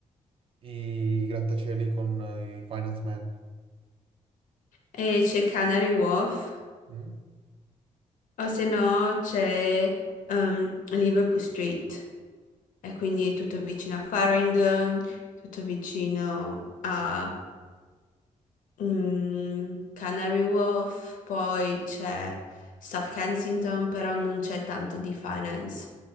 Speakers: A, on the right; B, on the left.
A: eh, i grattacieli, con eh, i finance men?
B: e c'è Canary Wharf
A: Mm?
B: O se no c'è ehm, Liverpool Street, e quindi è tutto vicino a Farringdon, tutto vicino a mm, Canary Wharf, poi c'è South Kensington, però non c'è tanto di finance.